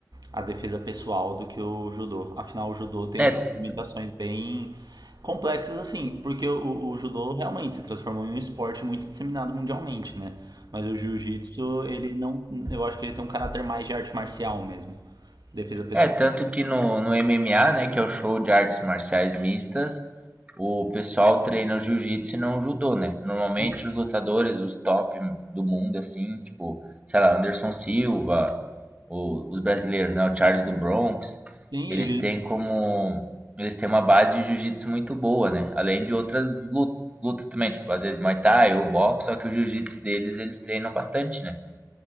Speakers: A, on the right (about 70°); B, on the right (about 20°).
A: à, defesa pessoal do que o judô. Afinal, o judô tem
B: É,
A: essas limitações bem complexas, assim, porque o, o judô realmente se transformou em um esporte muito disseminado mundialmente, né? Mas o jiu-jitsu, ele não. Eu acho que ele tem um caráter mais de arte marcial mesmo. Defesa pessoal.
B: É, tanto que no, no MMA, né, que é o show de artes marciais mistas, o pessoal treina o jiu-jitsu e não o judô, né? Normalmente
A: Sim,
B: os lutadores, os top do mundo, assim, tipo, sei lá, Anderson Silva, o- os brasileiros, né, o Charles do Bronx,
A: sim,
B: eles
A: ele.
B: têm como... Eles têm uma base de jiu-jitsu muito boa, né? Além de outras lutas, lutas também, tipo, às vezes Muay Thai ou boxe, só que o jiu-jitsu deles, eles treinam bastante, né?